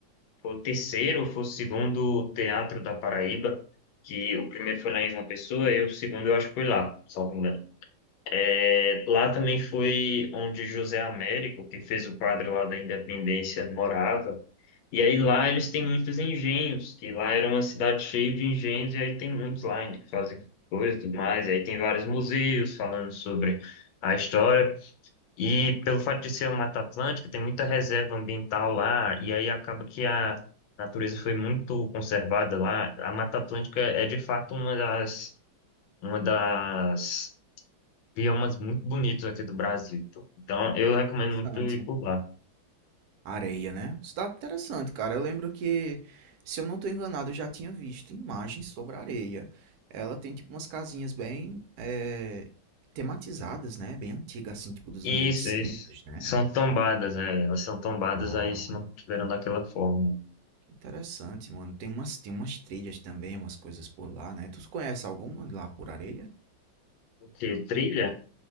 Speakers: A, on the left (about 80°); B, on the right (about 75°).
A: foi o terceiro, foi o segundo teatro da Paraíba, que o primeiro foi lá em João Pessoa, e o segundo eu acho que foi lá, salvo engano. É, Lá também foi onde José Américo, que fez o quadro lá da Independência, morava. E aí lá eles têm muitos engenhos, que lá era uma cidade cheia de engenhos, e aí tem muitos lá ainda que fazem coisas e tudo mais. E aí tem vários museus falando sobre a história. E pelo fato de ser uma Mata Atlântica, tem muita reserva ambiental lá, e aí acaba que a natureza foi muito conservada lá. A Mata Atlântica é de fato uma das, uma das biomas muito bonitos aqui do Brasil. pô. Então, eu recomendo
B: Interessante.
A: muito ir por lá.
B: Areia, né? Cidade interessante, cara. Eu lembro que, se eu não tô enganado, eu já tinha visto imagens sobre a areia. Ela tem, tipo, umas casinhas bem eh, tematizadas, né? Bem antiga, assim, tipo dos
A: Isso,
B: mil e oitocentos,
A: isso.
B: né?
A: São tombadas, é. Elas são tombadas,
B: Ah,
A: aí se mantiveram daquela forma.
B: que interessante, mano. Tem umas, tem umas trilhas também, umas coisas por lá, né? Tu conhece alguma lá por areia?
A: O quê? Trilha?